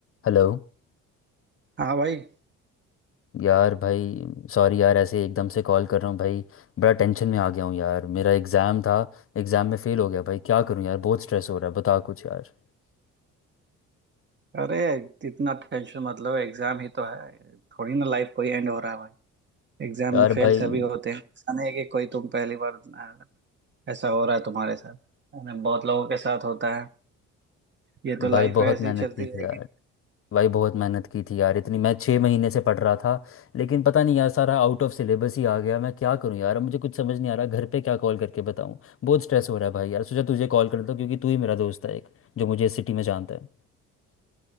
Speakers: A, on the left; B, on the right.
A: Hello
B: हाँ भाई
A: यार भाई sorry यार ऐसे एकदम से कॉल कर रहा हूँ भाई बड़ा टेंशन में आ गया हूँ यार मेरा एग्ज़ाम था एग्ज़ाम में फ़ेल हो गया भाई क्या करूँ यार बहुत स्ट्रेस हो रहा है बता कुछ यार
B: अरे इतना टेंशन मतलब एग्जाम ही तो है थोड़ी ना लाइफ कोई एंड हो रहा है भाई एग्जाम
A: यार
B: में फेल
A: भाई
B: सभी होते हैं ऐसा नहीं है कि कोई तुम पहली बार अ, ऐसा हो रहा है तुम्हारे साथ है ना बहुत लोगों के साथ होता है ये तो लाइफ
A: भाई बहुत
B: है ऐसे
A: मेहनत
B: ही चलती
A: की थी
B: रहेगी
A: यार भाई बहुत मेहनत की थी यार इतनी मैं छः महीने से पढ़ रहा था लेकिन पता नहीं यार सारा आउट ऑफ सिलेबस ही आ गया मैं क्या करूँ यार अब मुझे कुछ समझ नहीं आ रहा घर पे क्या कॉल करके बताऊँ बहुत स्ट्रेस हो रहा है भाई यार सोचा तुझे कॉल कर लेता हूँ क्योंकि तू ही मेरा दोस्त है एक जो मुझे इस सिटी में जानता है